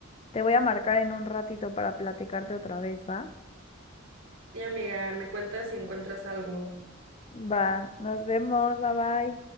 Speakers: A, on the left; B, on the right.
A: te voy a marcar en un ratito para platicarte otra vez, ¿va?
B: Sí, amiga, me cuentas si encuentras algo.
A: Va, nos vemos, bye bye.